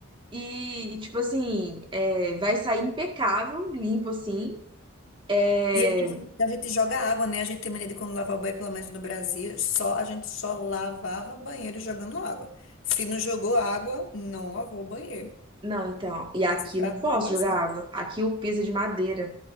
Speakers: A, on the right; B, on the left.
A: E, e, tipo assim, é, vai sair impecável, limpo assim. É,
B: E a gente, a gente joga água, né? A gente tem mania de quando lavar o banheiro, pelo menos no Brasil, só, a gente só lavava banheiro jogando água. Se não jogou água, não lavou o banheiro.
A: não, então. E aqui
B: Esse prato
A: não posso
B: assim.
A: jogar água. Aqui o piso é de madeira.